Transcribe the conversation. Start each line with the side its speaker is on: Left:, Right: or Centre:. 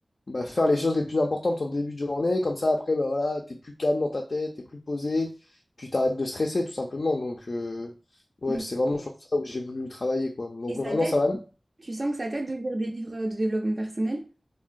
Left: bah, faire les choses les plus importantes en début de journée. Comme ça, après, bah voilà, t'es plus calme dans ta tête, t'es plus posé, puis t'arrêtes de stresser tout simplement. Donc, euh, ouais,
Right: hmm.
Left: c'est vraiment sur ça où j'ai voulu travailler, quoi. Donc
Right: Et ça
Left: maintenant,
Right: t'aide?
Left: ça va mieux.
Right: Tu sens que ça t'aide de lire des livres euh, de développement personnel?